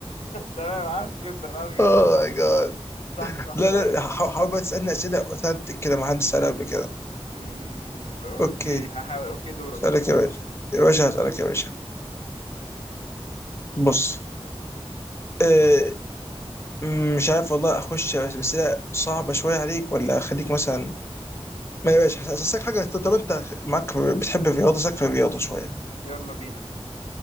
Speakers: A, on the left; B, on the left.
A: تمام عاش جدا عاش جدا
B: أوه
A: صح
B: ماي جاد
A: صح صح
B: لا
A: تمام
B: لا حا- حاول بقى تسألني أسئلة أوثنتك كده ما حدش سألها قبل كده
A: أمم، اوكي
B: أوكي
A: هحاول اوكي دورك
B: أسألك
A: دورك
B: يا باشا يا باشا هسألك يا باشا بص آه م- مش عارف والله أخش بس أسئلة صعبة شوية عليك ولا أخليك مثلا ما يا باشا هس- هسألك حاجة طب طب أنت معاك بتحب الرياضة سألك في الرياضة شوية
A: يلا بينا